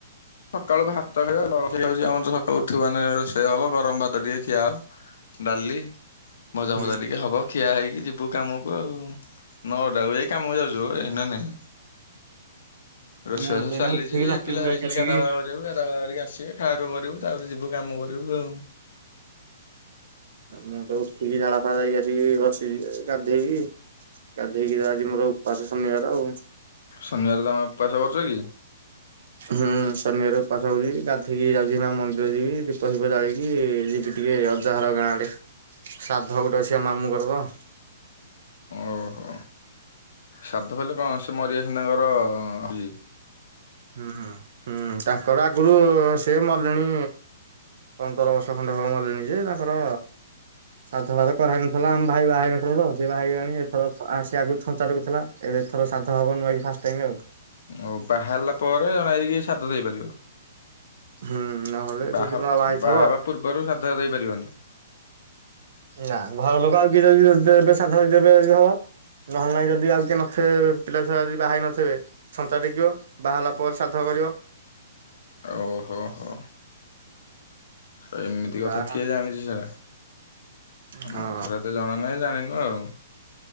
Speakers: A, on the left (about 65°); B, on the right (about 60°).
A: ସକାଳୁ ଭାତ ଖିଆ ରୋଷେଇ ହଉଛି ଆମର ସକାଳୁ ଉଠିବ ମାନେ ରୋଷେଇ ହବ ଗରମ ଭାତ ଟିକେ ଖିଆହେବ ଡାଲି ମଜା
B: ହୁଁ
A: ଫଜା ଟିକେ ହବ ଖିଆ ହେଇକି ଯିବୁ କାମକୁ ଆଉ ନ ଅଡାକୁ ଯାଇ କାମକୁ ଯାଉଛୁ ଏଇ ନ ନାଇଁ ରୋଷେଇ
B: ମୁଁ
A: ବାସ
B: ତ ଏଇନା
A: ଚାଲିଛି
B: ଉଠିକି ଲାଟ୍ରିନ୍
A: ପିଲା
B: ଯାଇକି
A: ଖାଇଛନ୍ତି
B: ଆସିକି
A: କରିବାକୁା ବା କରିକ ଆିବେ ଖାଇର କରିବୁ ତାପରେ ଯିବୁ କାମ କରିବୁ ଆଉ
B: ମୁଁ ତ ଉଠିକି ଝାଡା ଫାଡା ଯାଇକି ଆସିକି ବସିି ଗାଧେଇକି ଗାଧେଇକି ଆଜି ମୋର ଉପାସ ଶନିବାର ଆଉ
A: ଶନିବାର ତମେ ଉପାସ କରୁଛ କି?
B: ହଁ। ଶନିବାର ଉପାସ ହଉଛି ଗାଧେଇକି ଯାଉଛି ଏନା ମନ୍ଦିର ଯିବି ଦୀପ ଫିପ ଜାଳିକି ଯିବି ଟିକେ ଅଜା ଘର। ଗାଁ ଆଡେ ଶ୍ରାଦ୍ଧ ଗୋଟେ ଅଛି ଆ ମାମୁଁଙ୍କର ତ
A: ଓହୋ। ସାଧ ବଲେ କଣ ସେ ମରିଯାଇଚନ୍ତି ତାଙ୍କର ହ
B: ହୁଁ ହୁଁ ହୁଁ ତାଙ୍କର ଆଗରୁ ସେ ମଲେଣୀ ପନ୍ଦର ବର୍ଷ ଖଣ୍ଡେ ହବ ମରିଲେଣି ଯେ ତାଙ୍କର ସାଧ ଫାଦ କରାହେଇନଥିଲା ଆମ ଭାଇ ବାହା ହେଇ ନଥିଲା ତ ସେଏ ଭାଇ ଆଣି ଏଥର ଆସିବା ଆଗ ଛଞ୍ଚାଟେକୁ ଥିଲା ଏବେ ଏଥର ସାଧ ହବନି ବାକି ଫାଷ୍ଟ ଟାଇମ୍ ଆଉ।
A: ଆଉ ବାହାହେଲା ପରେ ଜଣେ ହେଇକି ସାଧ ଦେଇପାରିବ।
B: ହୁଁ ନହେଲେ
A: ବାହା
B: ଯଦି ନ ହେଇଥିବ
A: ବାହାହବା ପୂର୍ବରୁ ସାଧ ଦେଇପାରିବନି।
B: ନା ଘର ଲୋକ ଆଉ କିଏ ଯଦି ଦେବେ ସାଧ ଦେବେ ଯଦି ହବ। ନହେଲେ ନାଇଁ ଯଦି ଆଉ କିଏ ନଥିବେ ପିଲା ଛୁଆ ଯଦି ବାହା ହେଇ ନଥିବେ ଛଞ୍ଚା ଟେକିବ ବାହାହେଲା ପରେ ସାଧ। କରିବ।
A: ଓହୋ ହୋ। ଏମିତି କଥା
B: ବାହା
A: କିଏ ଜାଣିଛି ସେଟ?
B: ହଁ
A: ମୁଁ ଥରେ ତ ଜଣା ନାହିଁ ଜାଣିନୁ ଆଉ।